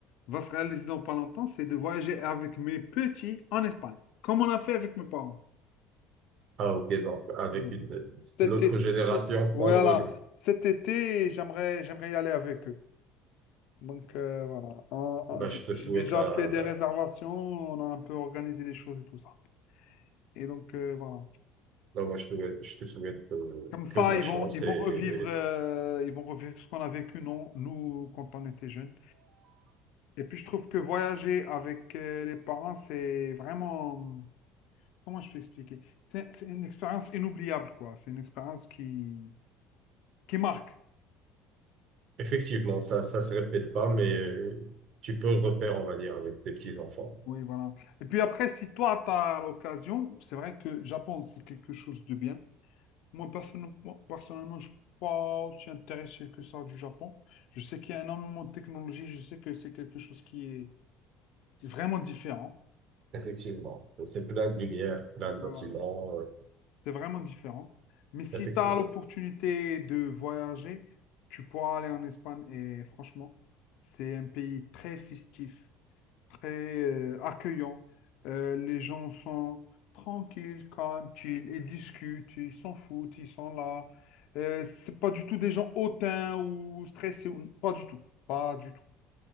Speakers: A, on the left; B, on the right.
A: va se réaliser dans pas longtemps, c'est de voyager avec mes petits en Espagne, comme on a fait avec mes parents.
B: Ah, ok, donc, avec
A: Hmm.
B: une,
A: Cet
B: l'autre
A: été,
B: génération prend
A: voilà,
B: le relais.
A: cet été, j'aimerais, j'aimerais y aller avec eux. Donc, euh, voilà, On- on-
B: bah
A: j'ai
B: je te
A: j'ai
B: souhaite
A: déjà
B: la,
A: fait des
B: la-
A: réservations, on a un peu organisé les choses et tout ça. Et donc, euh, voilà.
B: ben, moi, je te, je te souhaite euh,
A: Comme ça,
B: que de la
A: ils
B: chance
A: vont, ils vont
B: et,
A: revivre, euh, ils vont revivre ce qu'on a vécu, non, nous, quand on était jeunes. Et puis, je trouve que voyager avec euh, les parents, c'est vraiment, Comment je peux expliquer? C'est c'est une expérience inoubliable, quoi. C'est une expérience qui, qui marque.
B: effectivement, ça, ça se répète pas, mais euh, tu peux le refaire, on va dire, avec tes petits-enfants.
A: Oui, voilà. Et puis après, si toi, tu as l'occasion, c'est vrai que Japon, c'est quelque chose de bien. Moi, personnellement, personnellement je ne suis pas aussi intéressé que ça du Japon. Je sais qu'il y a énormément de technologie, je sais que c'est quelque chose qui est vraiment différent.
B: Effectivement. C'est plein de lumière, plein
A: Voilà.
B: de bâtiments. euh,
A: C'est vraiment différent. Mais si
B: effectivement.
A: tu as l'opportunité de voyager, tu pourras aller en Espagne. Et franchement, c'est un pays très festif, très euh, accueillant. Euh, les gens sont tranquilles, calmes, chill, ils discutent, ils s'en foutent, ils sont là. Euh, c'est pas du tout des gens hautains ou stressés. ou- Pas du tout. Pas du tout.